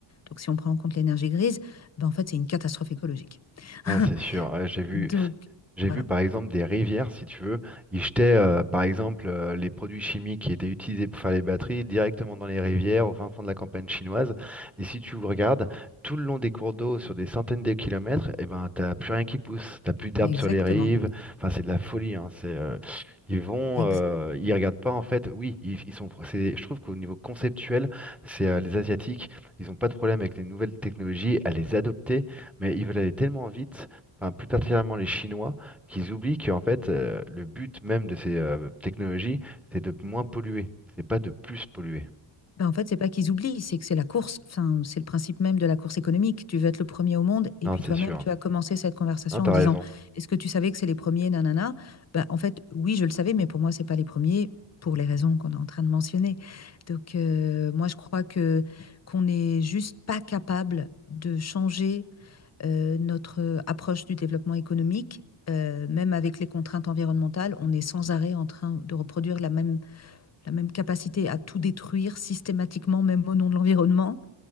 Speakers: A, on the left (about 35°); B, in the centre.
A: donc si on prend en compte l'énergie grise, ben, en fait, c'est une catastrophe écologique.
B: Non, c'est sûr,
A: <laughs>
B: ouais, j'ai vu.
A: Donc,
B: J'ai vu
A: voilà.
B: par exemple des rivières, si tu veux, ils jetaient euh, par exemple euh, les produits chimiques qui étaient utilisés pour faire les batteries directement dans les rivières au fin fond de la campagne chinoise. Et si tu regardes tout le long des cours d'eau sur des centaines de kilomètres, eh ben t'as plus rien qui pousse, t'as plus d'herbes
A: Exactement.
B: sur les rives. Enfin c'est de la folie. hein, C'est euh, ils vont,
A: Ex-
B: euh, ils regardent pas en fait. Oui, ils, ils sont. c'est- Je trouve qu'au niveau conceptuel, c'est euh, les Asiatiques, ils ont pas de problème avec les nouvelles technologies à les adopter, mais ils veulent aller tellement vite. Enfin, plus particulièrement les Chinois, qu'ils oublient qu'en fait, euh, le but même de ces euh, technologies, c'est de moins polluer, c'est pas de plus polluer.
A: Ben, en fait, c'est pas qu'ils oublient, c'est que c'est la course. Enfin, c'est le principe même de la course économique. Tu veux être le premier au monde, et
B: Non,
A: puis
B: c'est
A: toi-même,
B: sûr.
A: tu as commencé cette conversation
B: Non, t'as
A: en disant,
B: raison.
A: Est-ce que tu savais que c'est les premiers, nanana? Ben, en fait, oui, je le savais, mais pour moi, c'est pas les premiers pour les raisons qu'on est en train de mentionner. Donc, euh, moi, je crois que qu'on n'est juste pas capable de changer euh, notre approche du développement économique. Euh, même avec les contraintes environnementales, on est sans arrêt en train de reproduire la même la même capacité à tout détruire systématiquement, même au nom de l'environnement.